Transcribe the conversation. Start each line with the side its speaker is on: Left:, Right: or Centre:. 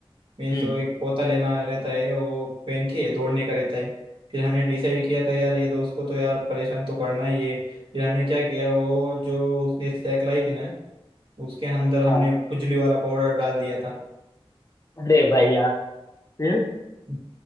Right: मीन्स
Left: हम्म
Right: वो एक पोता लेना रहता है वो पहन के दौड़ने का रहता है फिर हमने डिसाइड किया था यार ये दोस्त को तो यार परेशान तो करना ही है फिर हमने क्या किया वो जो उसने सैक लाई थी ना उसके अंदर हमने
Left: हाँ
Right: खुजली वाला पाउडर डाल दिया था
Left: अरे भाई यार फिर
Right: <laughs>